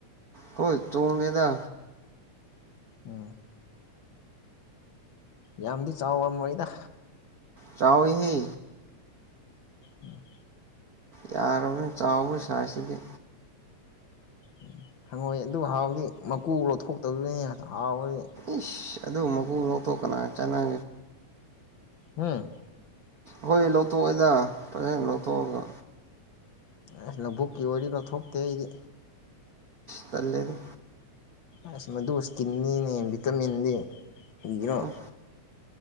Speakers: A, on the right; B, on the left.
A: ꯍꯣꯏ ꯆꯣꯡ ꯂꯩꯗ
B: ꯎꯝ ꯌꯥꯝꯗꯤ ꯆꯥꯎꯕ ꯃꯣꯏꯗ
A: ꯆꯥꯎꯎꯍ
B: ꯎꯝ
A: ꯌꯥꯔꯔꯕꯅꯤ ꯆꯥꯎꯕ ꯁꯁꯤꯗꯤ
B: ꯎꯝ ꯍꯪꯉꯣꯏ ꯑꯗꯨ ꯍꯥꯎꯗꯤ ꯃꯀꯨ ꯂꯧꯊꯣꯛꯇꯕꯗꯅꯦ ꯊꯅꯤ
A: ꯏꯁ ꯑꯗꯨ ꯃꯀꯨ ꯂꯧꯊꯣꯛꯀꯅꯥ ꯆꯅꯦ
B: ꯍꯥꯝ
A: ꯍꯣꯏ ꯂꯧꯊꯣꯛꯑꯣꯗ ꯐꯖꯅ ꯂꯧꯊꯣꯛꯑꯒ
B: ꯑꯁ ꯂꯧꯕꯨꯛꯀꯤ ꯋꯥꯔꯤ ꯂꯧꯊꯣꯛꯇꯦ ꯑꯩꯗꯤ
A: ꯇꯂꯦꯗ
B: ꯑ ꯃꯗꯨꯨꯁꯀꯤꯅꯤꯅꯦ ꯚꯇꯃꯤꯟꯗꯤ ꯍꯕꯤꯔꯣ
A: ꯎꯝ